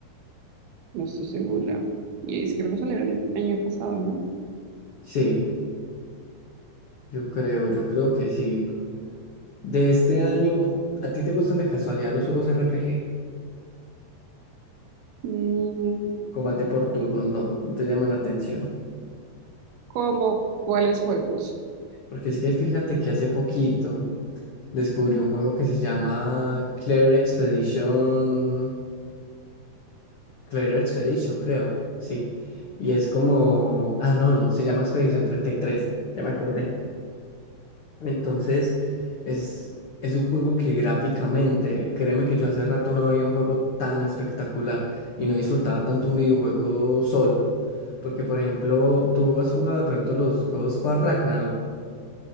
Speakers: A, on the right; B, on the left.
A: No estoy segura. Y sí creo que salió el año pasado, ¿no?
B: Sí, yo creo, yo creo que sí. De este año, ¿a ti te gustan de casualidad los juegos R P G,
A: Mm,
B: Combate por turnos, no, no te llaman la atención.
A: ¿cómo cuáles juegos?
B: Porque es que fíjate que hace poquito descubrí un juego que se llama Clear Expedition. Clair Expedition, creo, sí. Y es como, ah, no, no, se llama Expedition treinta y tres, ya me acordé. Entonces, es, es un juego que gráficamente, créeme que yo hace rato no había un juego tan espectacular y no disfrutaba tanto un videojuego solo. Porque, por ejemplo, tú has jugado de pronto los God of War Ragnarok,